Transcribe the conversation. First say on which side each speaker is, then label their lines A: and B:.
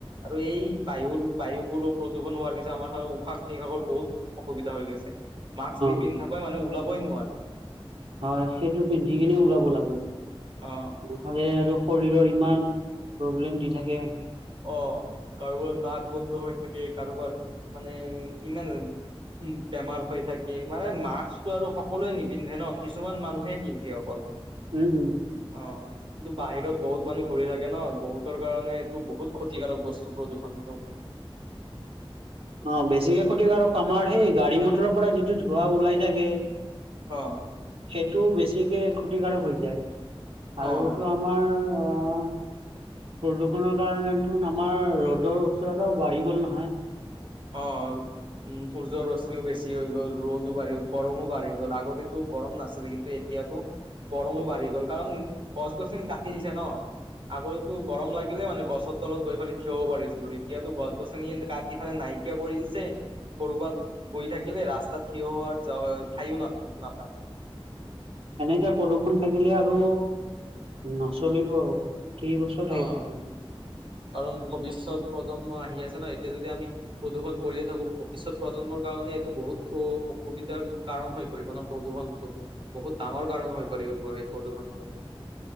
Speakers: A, on the right; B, on the right.
A: আৰু এই বায়ুৰ বায়ু বোৰো প্ৰদূষণ হোৱাৰ পিছত আমাৰ ফালেও উশাহ নিশাহৰ বহুত অসুবিধা হৈ গৈছে মাস্ক নিপিন্ধাক
B: অ
A: মানুহ ওলাবই নোৱাৰি
B: হয় সেইটো পিন্ধি কিনে ওলাব লাগে
A: অ
B: নহলে আৰু শৰীৰৰ ইমান প্ৰব্লেম দি থাকে
A: অ কাৰোবাৰ নাক বন্ধ হৈ থাকে কাৰোবাৰ মানে ইমান উম বেমাৰ হৈ থাকে মানে মাস্কটো আৰু সকলোৱে নিপিন্ধে ন কিছুমান মানুহে পিন্ধে অকল
B: উম।
A: অ কিন্তু বাহিৰত বহুত মানুহ ঘূৰি থাকে ন বহুতৰ কাৰণে এইটো বহুত। <unintelligible>
B: অঁ, বেছিকে ক্ষতিকাৰক আমাৰ সেই গাড়ী মটৰৰ পৰা যিটো ধোঁৱা ওলাই থাকে।
A: অ
B: সেইটো বেছিকে ক্ষতিকাৰক হৈ যায়।
A: অ
B: আৰুতো আমাৰ
A: <unintelligible>
B: আহ প্ৰদূষণৰ কাৰণেত আমাৰ ৰ'দৰ উচ্ততাতাও বাঢ়ি গ'ল নহয়।
A: অ', উম, সূৰ্যৰ ৰশ্মিও বেছি হৈ গ'ল ৰ'দো বাঢ়ি গল গৰমো বাঢ়ি গ'ল আগতেতো গৰম নাছিলে কিন্তু এতিয়াতো গৰমো বাঢ়ি গ'ল কাৰণ গছ গছিনি কাটি দিছে ন। আগতেতো গৰম লাগিলে মানে গছৰ তলত গৈ পেলি থিয়ব পাৰিছিলো এতিয়াতো গছ গছনি কাটি। ফালে নাইকিয় কৰি দিছে কৰবাত। গৈ থাকিলে ৰাস্তা থিয় হোৱাৰ ঠাইও ন নাপায়।
B: এনেকে প্ৰদূৰষণ থাকিলে আৰু নচলিব আৰু কেইবছৰ থাকি
A: অ'
B: থাকিব
A: কাৰণ ভৱিষ্যয়ত প্ৰজন্ম আহি আছে ন। তিয়া যদি আমি প্ৰদূষণ কৰিয়ে থাকো ভৱিষ্যত প্ৰজন্মৰ কাৰণে এইটো বহুত অ অসুবিধাৰ। কাৰণ হৈ পৰিবানে প্ৰদূষণটো বহুত ডাঙৰ কাৰণ হৈ পৰিব। প্ৰটিঘণ্টা